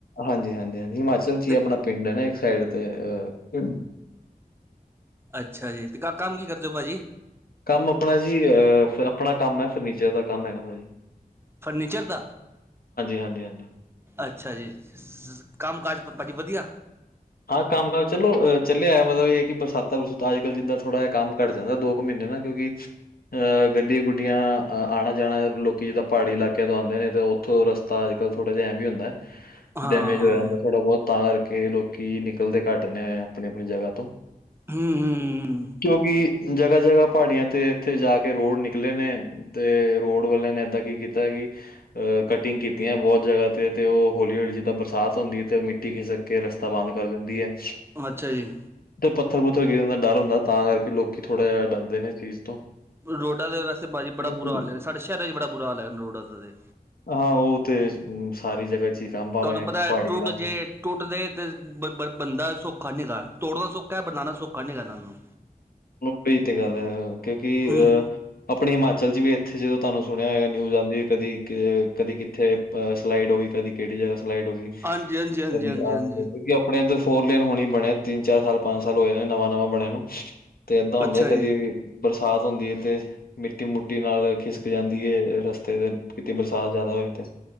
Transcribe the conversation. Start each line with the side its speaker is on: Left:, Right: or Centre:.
Left: ਹਾਂਜੀ ਹਾਂਜੀ ਹਾਂਜੀ ਹਿਮਾਚਲ ਚ
Right: ਤੇ
Left: ਹੀ ਆਪਣਾ ਪਿੰਡ ਹੈ ਨਾ ਇੱਕ ਸਾਈਡ ਤੇ ਅ
Right: ਅੱਛਾ ਜੀ ਤੇ ਕਾ ਕੰਮ ਕੀ ਕਰਦੇ ਹੋ ਭਾਜੀ
Left: ਕੰਮ ਆਪਣਾ ਜੀ ਅ ਆਪਣਾ ਕੰਮ ਹੈ ਫਰਨੀਚਰ ਦਾ ਕੰਮ ਹੈਗਾ ਭਾ ਜੀ
Right: ਫਰਨੀਚਰ ਦਾ
Left: ਹਾਂਜੀ ਹਾਂਜੀ
Right: ਅੱਛਾ ਜੀ ਕੰਮ ਕਾਜ ਭਾਜੀ ਵਧੀਆ
Left: ਹਾਂ ਕੰਮ ਕਮ ਚਲੋ ਚੱਲਿਆਇਆ ਮਤਲਬ ਇਹ ਕਿ ਬਰਸਾਾਂ ਬਰੂਤ ਅਜ ਕੱਲ ਜਿੱਦਾ ਥੋੜ੍ਹਾ ਜਿਹਾ ਕੰਮ ਘੱਟਦਾ ਦੋ ਉਹ ਮਹੀਨੇ ਨਾ ਕਿਉਂਕਿ <inaudible> ਅ ਗੱਡੀ ਗੁੱਡੀਆਂ ਅ ਆਣਾ ਜਾਣਾ ਲੋਕੀ ਜਿੱਦਾਂ ਪਹਾੜੀ ਇਲਾਕਿਆਂ ਤੋਂ ਆਉਂਦੇ ਨੇ ਤੇ ਉਥੋਂ ਰਸ ਤਾਂ ਅਜ ਕੱਲ ਥੋੜ੍ਹਾ ਜਿਹਾ ਐ ਵੀ ਹੁੰਦਾ।
Right: ਹਾਂ
Left: ਡੈਮੇਜ ਹੋਇਆ ਹੁੰਦਾ ਥੋੜ੍ਹਾ ਬਹੁਤ ਤਾਂ ਕਰਕੇ ਲੋਕੀ ਨਿਕਲਦੇ ਘੱਟਦੇ ਆ ਆਪਣੀ ਆਪਣੀ ਜਗ੍ਹਾ ਤੋਂ
Right: ਹੂੰ -ਹੂੰ ਹੂੰ
Left: ਕਿਉਂਕਿ ਜਗ੍ਹਾ ਜਗ੍ਹਾ ਪਹਾੜੀਆਂ ਤੇ ਇੱਥੇ ਜਾ ਕੇ ਰੋਡ ਨਿਕਲੇ ਨੇ। ਤੇ ਰੋਡ ਵਾਲਿਆਂ ਨੇ ਏਦਾਂ ਕੀ ਕੀਤਾ ਕਿ ਅ ਕਟਿੰਗ ਕੀਤੀਆਂ ਬਹੁਤ ਜਗ੍ਹਾ ਤੇ- ਤੇ ਉਹ ਹੌਲੀ- ਹੌਲੀ ਜਿੱਦਾਂ ਬਰਸਾਤ ਹੁੰਦੀ ਹੈ ਤੇ ਉਹ ਮਿੱਟੀ ਖਿਸਕ ਕੇ ਰਸ ਤਾਂ ਬੰਦ ਕਰ ਦਿੰਦੀ ਏ। <inaudible>
Right: ਅੱਛਾ ਜੀ।
Left: ਤੇ ਪੱਥਰ ਪੁੱਥਰ ਗਿਰਨ ਦਾ ਡਰ ਹੁੰਦਾ ਤਾਂ ਕਰਕੇ ਲੋਕ ਜਿਆਦਾ ਡਰਦੇ ਨੇ ਚੀਜ਼ ਤੋਂ
Right: ਰੋਡਾ ਦੇ ਵਸਤੇ ਭਾਜੀ ਬੜਾ
Left: ਤੇ
Right: ਬੁਰਾ ਹਾਲ ਹੈ ਸਾਡੇ ਸ਼ਹਿਰਾਂ ਚ' ਬੜਾ ਬੁਰਾ ਹਾਲ ਰੋਡਾ ਦਾ ਤੇ
Left: ਹਾਂ ਉਹ ਤੇ ਸਾਰੀ ਜਗ੍ਹਾ 'ਚ ਹੀ ਕੰਮ ਭਾਵੇਂ
Right: ਤੁਹਾਨੂੰ ਪਤਾ ਹੈ
Left: ਪਹਾੜੀ
Right: ਟੂਟ
Left: ਇਲਾਕੇ
Right: ਜੇ ਟੁੱਟਦੇ ਤੇ ਬ ਬਣਦਾ ਸੌਖਾ ਨਹੀਂ ਹੇਗਾ ਤੋੜਨਾ ਸੌਖਾ ਬਣਾਉਣਾ ਸੌਖਾ ਨੀ ਹੇਗਾ ਇਹਨਾਂ ਨੂੰ
Left: ਬਈ ਤੇ ਗੱਲ ਹੈ ਕਿਉਂਕਿ
Right: ਹੂੰ
Left: ਅਹ ਆਪਣੇ ਹਿਮਾਚਲ 'ਚ ਵੀ ਇੱਥੇ ਜਦੋਂ ਤੁਹਾਨੂੰ ਸੁਣਿਆ ਹੋਗਾ ਨਿਊਜ਼ ਆਉਂਦੀ ਕਦੀ -ਕਦੀ ਕਿੱਥੇ ਸਲਾਈਡ ਹੋ ਗਈ ਕਦੀ ਕਿਹੜੀ ਜਗ੍ਹਾ ਸਲਾਈਡ ਹੋ ਗਈ
Right: ਹਾਂਜੀ ਹਾਂਜੀ ਹਾਂਜੀ
Left: ਕਦੀ
Right: ਹਾਂਜੀ
Left: ਆ
Right: ਹਾਂਜੀ
Left: ਕਿਉਂਕਿ ਆਪਣੇ ਇੱਧਰ ਫੋਰ ਲੇਨ ਹੋਣੀ ਬਣੇ ਤਿੰਨ ਚਾਰ ਸਾਲ ਪੰਜ ਸਾਲ ਹੋਏ ਨੇ ਨਵਾਂ -ਨਵਾਂ ਬਣੇ ਨੂੰ <inaudible> ਤੇ ਏਦਾਂ ਹੁੰਦਾ
Right: ਅੱਛਾ
Left: ਕਦੀ
Right: ਜੀ
Left: ਬਰਸਾਤ ਹੁੰਦੀ ਹੈ ਤੇ ਮਿੱਟੀ ਮੁਟੀ ਨਾਲ ਖਿਸਕ ਜਾਂਦੀ ਹੈ ਰਸਤੇ ਤੇ ਕਿਤੇ ਬਰਸਾਤ ਜ਼ਿਆਦਾ ਹੋਏ ਤੇ